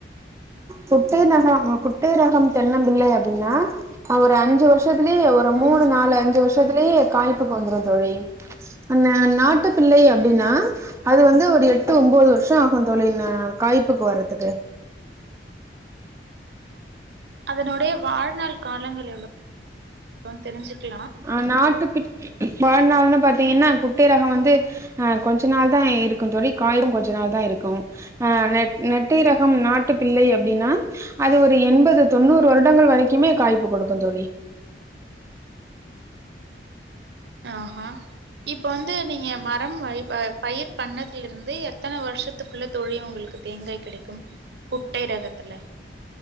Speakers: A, on the right (about 15°); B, on the right (about 65°).
A: குட்டை ரகம் குட்டை ரகம் தென்னம் பிள்ளை அப்டின்னா ஒரு அஞ்சு வருஷத்துலயே ஒரு மூணு
B: ம்
A: நாலு அஞ்சு வருஷத்துலயே காய்ப்புக்கு வந்துரும் தோழி அ நாட்டு பிள்ளை அப்டின்னா
B: ம்
A: அது வந்து ஒரு எட்டு ஒன்பது வருஷம் ஆகும் தோழி காய்ப்புக்கு வர்றதுக்கு
B: அதனுடைய வாழ்நாள் காலங்கள் எவ்வளவுனனு தெரிஞ்சுக்கலாமா
A: ஆ நாட்டு வாழ்நாள்ன்னு பாத்தீங்கன்னா குட்டை ரகம் வந்து ஆ கொஞ்ச நாள் தான் இருக்கும் தோழி காயும் கொஞ்ச நாள் தான் இருக் க்கும் அ நெட் நெட்டை ரகம் நாட்டு பிள்ளை அப்படின்னா அது ஒரு எண்பது தொண்ணூறு வருடங்கள் வரைக்குமே காய்ப்பு குடுக்கும் தோழி
B: ஆஹா இப்ப வந்து நீங்க மரம் பயிர் பண்ணதுலருந்து எத்தன வருஷத்து த்துக்குள்ள தோழி உங்களுக்கு தேங்காய் கிடைக்கும் குட்டை ரகத்துல